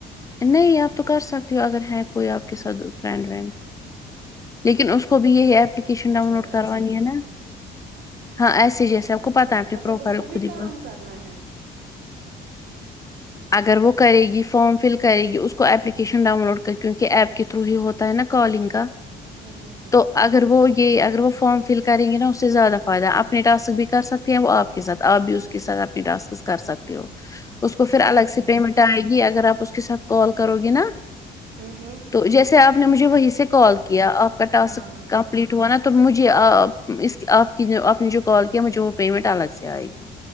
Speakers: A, on the left (about 20°); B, on the right (about 70°).
A: نہیں آپ تو کر سکتی ہو اگر ہے کوئی آپ کے ساتھ فرینڈ وینڈ لیکن اس کو بھی یہی اپلیکیشن
B: اچھا
A: ڈاؤن لوڈ کروانی
B: ایسے ہی
A: ہے نا
B: کسی
A: ہاں ایسے جیسے آپ کو پتا ہے اپنی
B: مطلب
A: پروفائل
B: اس
A: خود
B: بھی
A: ہی
B: کام
A: کو ہ
B: کرنا ہے
A: اگر وہ کرے گی فارم فل کرے گی اس کو اپلیکیشن ڈاؤن لوڈ کر کیونکہ ایپ کے تھرو ہی ہوتا تا ہے نا کالنگ کا
B: ھم ہم ہم
A: تو اگر وہ یہ اگر وہ فارم فل کریں گے نا اس سے زیادہ فائدہ اپنے ٹاسک بھی کر سکتی ہیں وہ آپ کے ساتھ آپ بھی اس کے ساتھ آپ ٹسک کر سکتے ہو اس کو پھر
B: ٹھیک
A: الگ سے
B: ہے
A: پیمنٹ
B: ہوں
A: آئے گی اگر آپ اس کے ساتھ کال کرو گی نا
B: ہاں ہاں
A: تو جیسے آپ نے مجھے وہیں سے کال کیا آپ کا ٹاسک
B: ہاں
A: کم مپلیٹ ہوا نا تو مجھے اس آپ کی جو آپ نے جو کال کیا مجھے وہ پیمنٹ الگ سے آئے گی